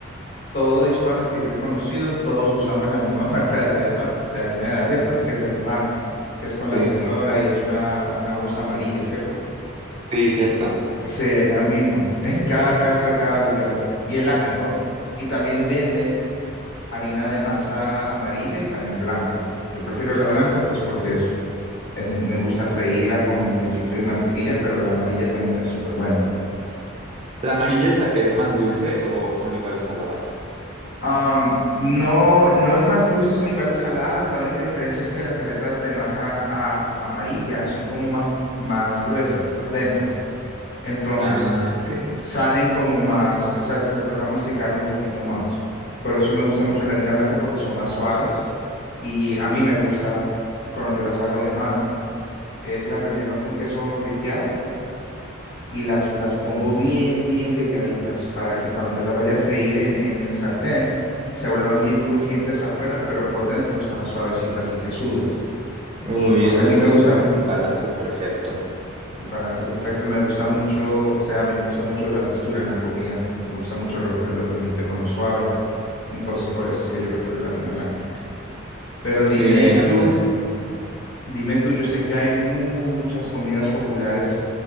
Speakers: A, on the left; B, on the right.
A: todo hispano que yo he conocido, todos usamos la misma <laughs> marca de arepas, de harina de arepas, que es el pan, que es con
B: Sí,
A: la señora y es una, una bolsa amarilla, ¿cierto?
B: sí, cierto.
A: Sí, es la misma, en cada casa, cada lugar, y es la mejor. Y también venden harina de masa amarilla y también blanca. Yo prefiero la blanca pues porque es, es- me gusta freírla con quesito y mantequilla, pero la amarilla también es súper buena.
B: ¿La amarilla es la que es más dulce o son igual de saladas?
A: Am, no, no es más dulce, son igual de saladas. La única diferencia es que las arepas de masa a- amarilla son como más, más gruesas, más densas. Entonces
B: Ah, ok.
A: salen como más, o sea, te toca masticarla un poquito más. Por eso me gusta
B: Bien.
A: mucho la harina blanca porque son más suaves y a mí me gusta cuando yo las hago de mano. es las relleno con queso ripiado y las, las
B: Ok.
A: pongo bien, bien delgaditas para que cuando yo las vaya a freír en, en el sartén se vuelvan bien crujientes afuera, pero por dentro están suavecitas y quesudas.
B: Uy,
A: Y porque
B: ese
A: a mí
B: es
A: me
B: el
A: gusta mu-
B: balance perfecto.
A: el balance perfecto, me gusta mucho, o sea, a mí me gusta mucho la textura en la comida, me gusta mucho revolver lo crujiente con lo suave. Entonces, por eso es que yo prefiero la harina blanca. Pero
B: Sí,
A: dime
B: a mí
A: tú,
B: también.
A: Dime tú, yo sé que hay muchas comidas populares